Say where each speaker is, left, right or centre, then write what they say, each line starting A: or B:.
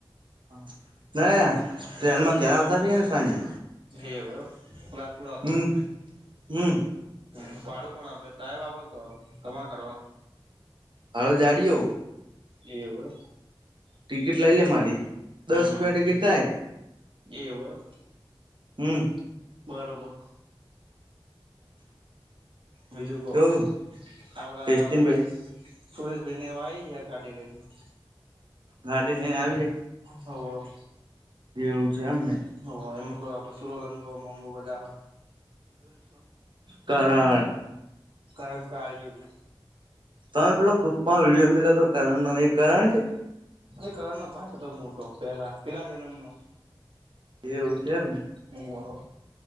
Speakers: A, on the right; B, on the right.
A: હ ના ટ્રેનમાં ઘેર આવતા રએ ને સાંજે.
B: જે હોય વાતુડા
A: હમ્મ
B: કરે.
A: હમ્મ
B: હમ્મ, ભાડું કોણ આપે? સાહેબ આપે કે તમાર કાઢવાનું?
A: હવે જાડિયો.
B: એવું હ.
A: ટિકિટ લઈ લે મારી, દસ
B: હમ
A: રૂપિયા ટિકિટ થાય.
B: એવું હ.
A: હમ્મ.
B: બરોબર. બીજું કો,
A: કેવું
B: આપડા
A: ટેસ્ટિંગ
B: સુરેશ સુરેશભાઈને આઈ ગયા ગાડી લઈને.
A: ગાડી લઈને આવી જાય.
B: હોવ.
A: એવું છે એમ ને.
B: હોવ એમાં કો આપ સુરોલંગો મોંઘું વધાર હ.
A: કરાવે.
B: કરંકા આઈહે વુ.
A: તમે પેલો ગ્રુપમાં વિડીયો મેલ્યો તો કરણનો એ કરણ છે?
B: એ કરણનો ભાઈ હતો મોટો, પેહલા પેલા જન્મનો.
A: એવું છે એમને?
B: હોવ.